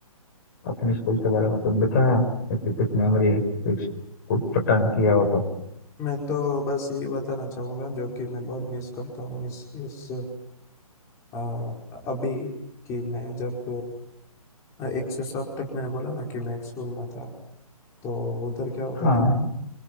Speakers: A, on the left (about 30°); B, on the left (about 15°).
A: अपने स्कूल के बारे में कुछ बताया ऐसी कुछ मेमोरी कुछ कुछ पता किया हो तो
B: मैं तो बस यही बताना चाहूंगा जो कि मैं बहुत मिस करता हूँ इस इस आ, अभी कि मैं जब आ, एक से सात तक मैंने बोला ना कि मैं एक स्कूल में था तो उधर क्या होता
A: हाँ
B: था